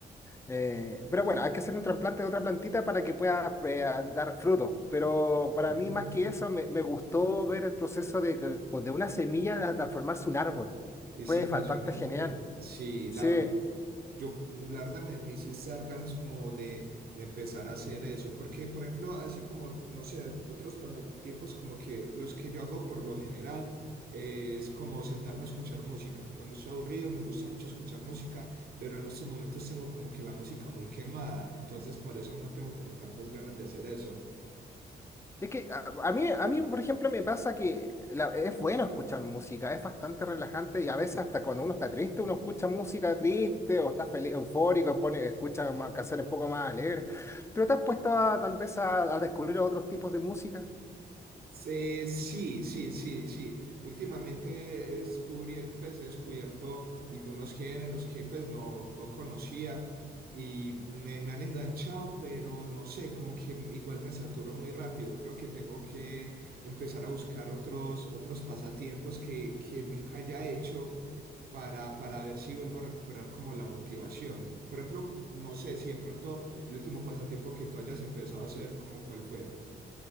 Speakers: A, on the left (about 15°); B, on the right (about 60°).
A: eh, pero bueno, hay que hacer un trasplante de otra plantita para que pueda eh, a- dar fruto. Pero para
B: Ah, bueno.
A: mí, más que eso, me, me gustó ver el proceso de, que- de una semilla a transformarse en un árbol.
B: Es
A: Fue
B: impresionante.
A: bastante genial.
B: Sí,
A: Sí,
B: la verdad Yo, la verdad, me, me hiciste dar ganas como de, de empezar a hacer eso, porque, por ejemplo, así como, no sé, otros pasatiempos como que los que yo hago por lo general eh, es como sentarme a escuchar música. Cuando estoy aburrido, me gusta mucho escuchar música, pero en estos momentos tengo como que la música muy quemada, entonces por eso no tengo como tantas ganas de hacer eso.
A: Es que a, a mí, a mí, por ejemplo, me pasa que la- es bueno escuchar música, es bastante relajante y a veces hasta cuando uno está triste, uno escucha música triste o está feliz, eufórico, pone, escucha ma- canciones un poco más alegres. Pero te has puesto a- tal vez a, a descubrir otros tipos de música.
B: Eh, sí, sí, sí, sí. Últimamente descubrí, pues, he descubierto algunos géneros que pues no, no conocía y me, me han enganchado, pero no sé, como que igual me saturo muy rápido. Creo que tengo que empezar a buscar otros, otros pasatiempos que, que nunca haya hecho para, para ver si vuelvo a recuperar como la motivación. Por ejemplo, no sé si de pronto el último pasatiempo que tú hayas empezado a hacer, como cuál fue.